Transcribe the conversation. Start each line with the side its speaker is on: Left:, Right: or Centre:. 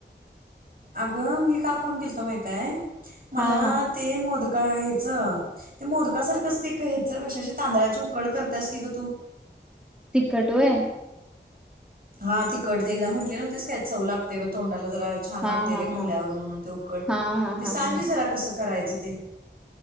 Right: अगं मी का फोन केलतो माहितीहाय? मला
Centre: हा हा
Right: ते मोदक. का हेच ते मोदका सारखंच एक हेच कशाची तांदळाची उकड करत्यास की ग तू.
Centre: तीखट व्हय.
Right: हा तिकट ते एकदा म्हटली न्हवतीस काय चव लागतय ब तोंडाला ज. छान
Centre: हा
Right: वाटतय
Centre: हा
Right: ते खाल्ल्यावर
Centre: हा
Right: म्हणून ते उकड
Centre: हा हा
Right: ते
Centre: हा
Right: सांग
Centre: हा
Right: की जरा कसं करायचं ते?